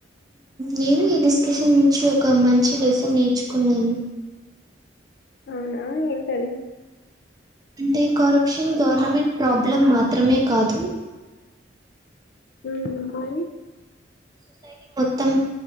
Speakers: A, on the right; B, on the left.
A: నేను ఈ డిస్కషన్ నుంచి ఒక మంచి లెసన్ నేర్చుకున్నాను
B: అవునా ఏంటది
A: అంటే కరప్షన్ గవర్నమెంట్ ప్రాబ్లం మాత్రమే కాదు
B: <inaudible> ఉ మరి
A: సొసైటీ మొత్తం